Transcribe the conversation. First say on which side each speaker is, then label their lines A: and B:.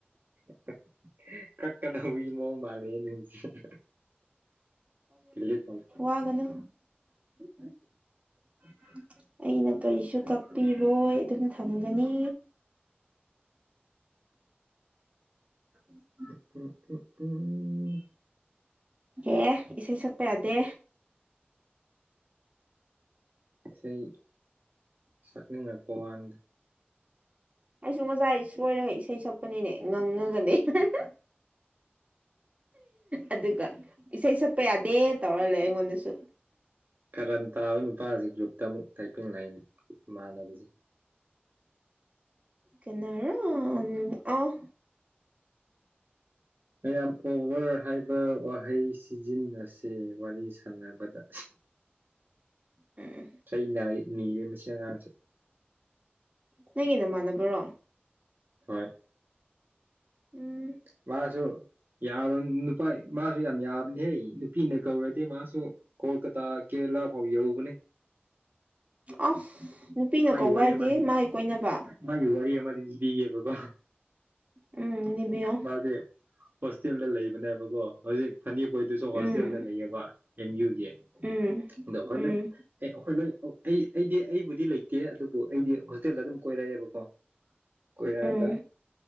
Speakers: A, on the right; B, on the right.
A: <inaudible> ꯀꯥꯛꯒꯧꯕꯒꯤ ꯃꯑꯣꯡ ꯃꯥꯜꯂꯦꯍꯦ ꯅꯪꯒꯤꯁꯤꯗꯤ ꯗꯤꯂꯦꯠ
B: ꯋꯥꯒꯅꯨ ꯎ <unintelligible> ꯑꯩꯅ ꯀꯔꯤꯁꯨ ꯀꯛꯄꯤꯔꯣꯏ ꯑꯗꯨꯝ ꯊꯝꯒꯅꯤ ꯑꯗꯨ
A: ꯀ ꯇꯨꯡ <inaudible>
B: ꯑꯦ ꯏꯁꯩ ꯁꯛꯄ ꯌꯥꯗꯦ
A: ꯏꯁꯩ ꯁꯛꯅꯤꯡꯉꯛꯄ ꯋꯥꯥꯅꯤꯗ
B: ꯑꯩꯁꯨ ꯉꯁꯥꯏ ꯁꯣꯏꯔꯒ ꯏꯁꯩ ꯁꯛꯄꯅꯤꯅꯦ ꯉꯥꯡꯉꯒ ꯂꯩꯕꯅꯦ ꯑꯗꯨꯒ ꯏꯁꯩ ꯁꯛꯄ ꯌꯥꯗꯦ ꯇꯧꯔ ꯂꯩ ꯑꯩꯉꯣꯟꯗꯁꯨ
A: ꯀꯔꯥꯟ ꯇꯥꯕ ꯅꯨꯄꯥꯁꯤꯁꯨ ꯒ꯭ꯔꯨꯞꯇ ꯑꯃꯨꯛ ꯇꯥꯏꯄꯤꯡ ꯂꯩꯥꯏꯅꯤ ꯏꯃꯥꯟꯅꯕꯁꯦ
B: ꯀꯅꯥꯔ ꯑꯣ
A: ꯃꯌꯥꯝ ꯑꯣꯕꯔ ꯍꯥꯏꯕ ꯋꯥꯍꯩ ꯁꯤꯖꯤꯟꯅꯁꯦ ꯋꯥꯔꯤ ꯁꯥꯟꯅꯕꯗ
B: ꯎꯝ
A: ꯆꯩ ꯅꯥꯢꯌꯦ ꯅꯥꯒꯒꯅꯨ ꯁꯤ ꯑꯉꯥꯡꯁꯦ
B: ꯅꯪꯒꯤ ꯅꯃꯥꯟꯅꯕꯔꯣ
A: ꯍꯣꯏ
B: ꯎꯝ
A: ꯃꯥꯁꯨ ꯌꯥꯕ ꯅꯨꯄꯥ ꯃꯥꯁꯨ ꯌꯥꯝ ꯌꯥꯕꯅꯤꯍꯩ ꯅꯨꯄꯤꯅ ꯀꯧꯔꯗꯤ ꯃꯥꯁꯨ ꯀꯣꯜꯀꯇꯥ ꯀꯦꯂ ꯐꯥꯎ ꯌꯥꯎꯕꯅꯤꯍꯦ
B: ꯑꯁ ꯅꯨꯄꯤꯅ
A: ꯃꯥꯒꯤ
B: ꯀꯧꯕ
A: ꯋꯥꯔꯤ
B: ꯍꯥꯏꯗꯤ
A: ꯑꯃ
B: ꯃꯥꯒꯤ ꯀꯣꯏꯅꯕ
A: ꯃꯥꯒꯤ ꯋꯥꯔꯤ ꯑꯃꯗꯤ ꯂꯤꯒꯦꯕꯥꯒꯣ
B: ꯎꯝ ꯅꯤꯕꯤꯌꯣ
A: ꯃꯥꯗꯤ ꯍꯣꯁꯇꯦꯜꯗ ꯂꯩꯕꯅꯦꯕꯀꯣ ꯍꯧꯖꯤꯛ ꯐꯅꯤꯄꯣꯏꯗꯨꯁꯨ ꯍꯣꯁꯇꯦꯜꯗ
B: ꯎꯝ
A: ꯂꯩꯌꯦꯕ ꯑꯦꯝ ꯌꯨꯒꯤ
B: ꯎꯝ
A: ꯗ ꯑꯣꯐꯔ
B: ꯎꯝ
A: ꯂꯩ ꯑꯦ ꯑꯈꯣꯏ ꯂꯣꯏ ꯀꯩ ꯑꯩꯗꯤ ꯑꯩꯕꯨꯗꯤ ꯂꯩꯇꯦ ꯑꯗꯨꯕꯨ ꯑꯩꯗꯤ ꯍꯣꯁꯇꯦꯜꯗ ꯑꯗꯨꯝ ꯀꯣꯏꯔꯛꯑꯦꯕꯀꯣ ꯀꯣꯏꯔꯑꯒ
B: ꯎꯝ